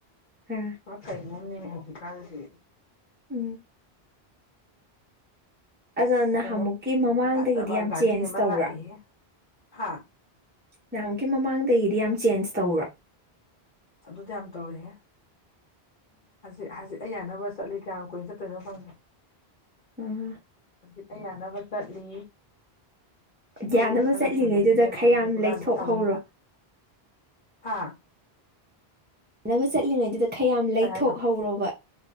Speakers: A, on the right; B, on the left.
A: ꯑꯥ
B: ꯄꯨꯔ ꯀꯩꯅꯣꯝꯅꯦꯃꯦ ꯍꯧꯖꯤꯛ ꯀꯥꯟꯁꯤ
A: ꯎꯝ ꯑꯗꯣ
B: ꯑꯁ
A: ꯅꯍꯥꯟꯃꯨꯛꯀꯤ
B: ꯀꯩꯅꯣ
A: ꯃꯃꯥꯡꯗꯒꯤꯗꯤ
B: ꯐꯖꯕ
A: ꯌꯥꯝ
B: ꯒꯥꯔꯤ
A: ꯆꯦꯟꯖ
B: ꯑꯃ
A: ꯇꯧꯕ꯭ꯔꯥ
B: ꯂꯥꯛꯏ ꯍꯦ ꯍꯥ
A: ꯅꯃꯨꯛꯀꯤ ꯃꯃꯥꯡꯗꯒꯤꯗꯤ ꯌꯥꯝ ꯆꯦꯟꯖ ꯇꯧꯕ꯭ꯔ
B: ꯑꯗꯨꯗꯤ ꯌꯥꯝ ꯇꯧꯔꯍꯦ ꯍꯧꯖꯤꯛ ꯍꯧꯖꯤꯛ ꯑꯩ ꯌꯥꯅꯕ ꯆꯠꯂꯤ ꯀꯌꯥꯝ ꯀꯨꯏꯅ ꯆꯠꯇꯣꯏꯅꯣ ꯈꯪꯗꯦ
A: ꯎꯝ
B: ꯑꯗꯨꯛ ꯑꯩ ꯌꯥꯅꯕ ꯆꯠꯂꯤ ꯃꯔꯨ
A: ꯌꯥꯅꯕ
B: ꯂꯨꯞꯊꯥꯅꯁꯟꯗꯅ
A: ꯆꯠꯂꯤꯉꯩꯗꯨꯗ
B: ꯏꯕꯦꯝꯃ
A: ꯈꯔ
B: ꯍꯧꯖꯤꯛ
A: ꯌꯥꯝ
B: ꯍꯨꯔꯥꯟꯕ
A: ꯂꯩꯊꯣꯛꯍꯧꯔꯣ
B: ꯁꯥꯗꯅ꯫ ꯍꯥꯥ
A: ꯁꯥꯟꯅꯕ ꯆꯠꯂꯤꯉꯩꯗꯨꯗ ꯈꯔꯌꯥꯝ ꯂꯩꯊꯣꯛꯍꯧꯔꯣꯕ
B: ꯀꯩ ꯍꯥꯏꯅꯣ